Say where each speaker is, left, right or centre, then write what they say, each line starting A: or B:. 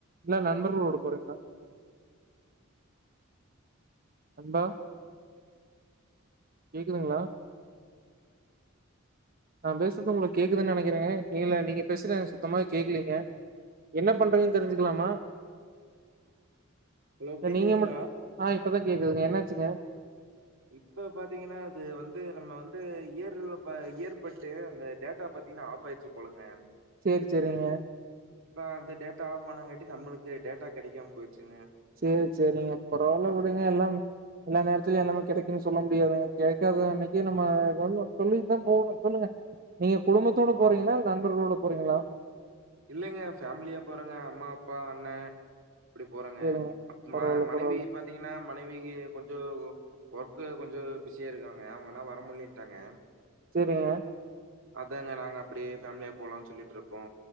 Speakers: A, on the right (about 45°); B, on the right (about 65°).
A: இல்ல நண்பர்களோட போறீங்ளா நண்பா கேக்குதுங்களா நான் பேசறது உங்களுக்கு கேக்குதுன்னு நெனைக்கிற இல்ல நீங்க பேசுறது சுத்தமா கேக்கலீங்க என்ன பண்றீங்கன்னு தெரிஞ்சுக்கலாமா
B: ஹலோ
A: இல்ல
B: கேக்குதுங்களா
A: நீங்க மட் ஆ இப்பதா கேக்குதுங்க என்னாச்சுங்க
B: இப்ப பாத்தீங்கன்னா அது வந்து நம்ம வந்து இயர்லூப்பா இயர்பட்டு அந்த டேட்டா பாத்தீங்கன்னா ஆப் கட் ஆயிருச்சு போலங்க
A: சேரி சேரிங்க
B: இப்ப அந்த டேட்டா ஆஃப் ஆனாங்காட்டி நம்மளுக்கு டேட்டா கெடைக்காம போயிருச்சுங்க
A: சேரி சேரிங்க பரவால்ல விடுங்க எல்லா எல்லா நேரத்துலயு எல்லாமே கெடைக்குன்னு சொல்ல முடியாதுங்க கெடைக்காத அன்னைக்கு நம்ம ஏதாச்சு சொல்லிட்டுதா போனு சொல்லுங்க நீங்க குடும்பத்தோட
B: ஆம்.
A: போறீங்களா இல்ல நண்பர்களோட போறீங்களா
B: இல்லங்க பேமிலியாப் போறங்க அம்மா அப்பா அண்ண அப்டி போறேங்க
A: சேரிங்க
B: அப்ப
A: பரவால்ல
B: ம மனைவிப்
A: பரவால்ல
B: பாத்தீங்கன்னா மனைவிக்கு கொஞ்சோ ஒர்க்கு கொஞ்சோ பிஸியா இருக்காங்க அவங்கனால வர முடிலன்ட்டாங்க
A: சேரிங்க
B: அதாங்க நாங்க அப்டி பேமிலியா போலானு சொல்லிட்ருக்கோ